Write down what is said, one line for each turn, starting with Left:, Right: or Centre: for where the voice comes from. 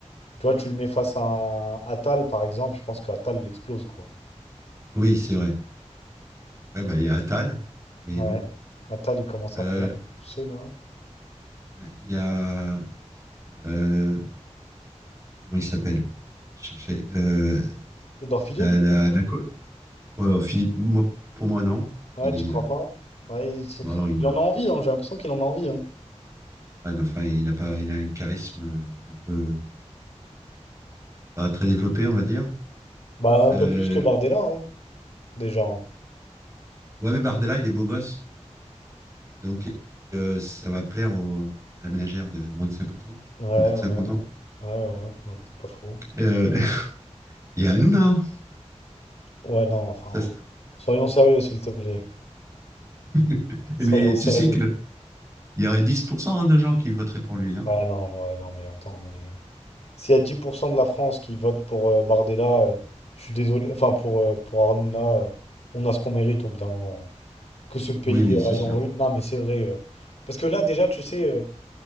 Left: Tu vois, tu le mets face à un Attal, par exemple, je pense que Attal l'explose, quoi.
Right: oui, c'est vrai. Ouais, bah, il y a Attal, mais
Left: Ouais.
Right: bon.
Left: Attal, il commence
Right: Euh,
Left: un peu à le pousser, là.
Right: il y a. euh, comment il s'appelle? Je cherchais. euh,
Left: Edouard Philippe?
Right: la, la, la co- Ouais, oh, Philippe, moi, pour moi, non.
Left: Ouais,
Right: Il
Left: j'y crois
Right: est. euh,
Left: pas. Bah, il, c'est-
Right: non, non, il
Left: il en
Right: a.
Left: a envie, hein, j'ai l'impression qu'il en a envie. hein.
Right: ouais, mais enfin, il a pas, il a un charisme euh, un peu. Pas très développé, on va dire.
Left: Bah, un
Right: Euh,
Left: peu plus que Bardella, hein, déjà. hein.
Right: ouais, mais Bardella, il est beau gosse. Donc, euh, ça va plaire au- à la ménagère de moins de 50 ans,
Left: Ouais,
Right: de plus de
Left: ouais,
Right: 50
Left: ouais,
Right: ans.
Left: ouais, ouais, ouais, c'est pas faux.
Right: Euh, <laughs> Il y a Hanouna.
Left: Ouais, non, enfin,
Right: Ça, c'est-
Left: soyons sérieux, s'il te plaît.
Right: <laughs>
Left: Soyons
Right: Mais
Left: sérieux.
Right: tu sais qu'il
Left: <laughs>
Right: y aurait 10% hein, de gens qui voteraient pour lui. hein.
Left: Ouais, non, ouais, non, mais attends, mais... S'il y a 10% de la France qui vote pour euh, Bardella, euh, je suis désolé, enfin, pour, euh, pour Hanouna, euh, on a ce qu'on mérite au bout d'un moment. Que ce pays
Right: Oui, oui,
Left: euh,
Right: c'est
Left: aille
Right: sûr.
Left: en ruine. Non, mais c'est vrai. euh. Parce que là, déjà, tu sais... euh,